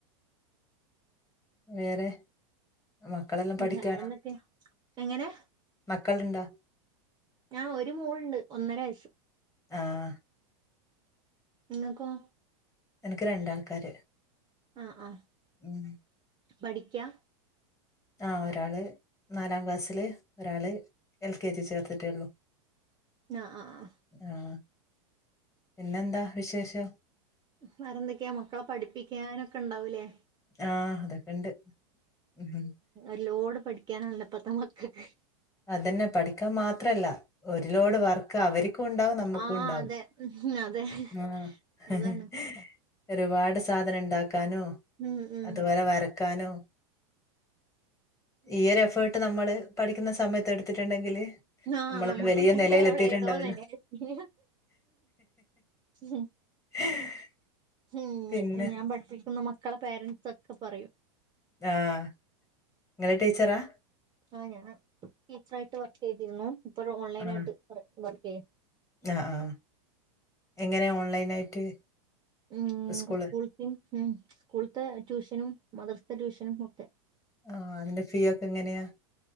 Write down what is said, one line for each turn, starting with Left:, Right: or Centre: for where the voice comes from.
Left: വേറെ മക്കളെല്ലാം പഠിക്കാണോ
Right: വേറെന്തൊക്കെ എങ്ങനെ
Left: മക്കൾ ഇണ്ടാ
Right: ആഹ് ഒരു മോളുണ്ട് ഒന്നര വയസ്സ്
Left: ആഹ്
Right: ഇങ്ങക്കോ
Left: എനക്ക് രണ്ടാൾക്കാര്
Right: ആഹ് ആഹ്
Left: ഉം
Right: പഠിക്കാ
Left: ആഹ് ഒരാള് നാലാം ക്ലാസ്സില് ഒരാള് എൽ കെ ജി ചേർത്തിട്ടേള്ളൂ
Right: ആഹ് ആഹ്
Left: ആഹ് പിന്നെന്താ വിശേഷം
Right: വേറെന്തൊക്കെയാ മക്കളെ പഠിപ്പിക്കാനൊക്കെ ഇണ്ടാവൂലേ
Left: ആഹ് അതൊക്കെ ഇണ്ട് ഉം
Right: ഒരു ലോഡ് പഠിക്കാനല്ലോ ഇപ്പത്തെ മക്കക്ക്
Left: അതന്നെ പഠിക്കാൻ മാത്രല്ല ഒരു ലോഡ്
Right: ഉം
Left: വർക്ക് അവരുക്കും ഇണ്ടാവും നമ്മുക്കും
Right: ആ
Left: ഉണ്ടാവും
Right: അതെ ഉം അതെ
Left: ആഹ് <unintelligible>
Right: അതാണ്
Left: ഒരുപാട് സാധനം ഇണ്ടാക്കാനും
Right: ഉം ഉം
Left: അതുപോലെ വരക്കാനും ഈ ഒരു എഫേർട്ട് നമ്മള് പഠിക്കുന്ന സമയത്ത് എടുത്തിട്ടുണ്ടെങ്കില്
Right: ആഹ്
Left: നമ്മളൊരു
Right: നമ്മക്ക്
Left: വലിയ നിലയിലെത്തിയിട്ടുണ്ട്
Right: എവിടെ ഏതോ
Left: അതിന്.
Right: നെലേല് എത്തിന് ഉം
Left: <unintelligible>
Right: ഉം
Left: പിന്നെ
Right: ഞാൻ പഠിപ്പിക്കുന്ന മക്കളെ പേരന്റ്സൊക്കെ പറയും
Left: ആഹ് ഇങ്ങള് ടീച്ചറാ
Right: ആഹ് ഞാന് ടീച്ചറായിട്ട് വർക്ക് ചെയ്തിരുന്നു ഇപ്പ ദാ ഓൺലൈനായിട്ട്
Left: ആഹ്.
Right: വർക്ക് ചെയ്യാ
Left: ആഹ് ആഹ് എങ്ങനെ ഓൺലൈനായിട്ട്
Right: ഉം
Left: സ്കൂള്
Right: സ്കൂൾതേം ഉം സ്കൂൾത്തെ ട്യൂഷനും മദ്രസത്തെ ട്യൂഷനും ഒക്കെ
Left: ആഹ് അതിന്റെ ഫീ ഒക്കെ എങ്ങനെയാ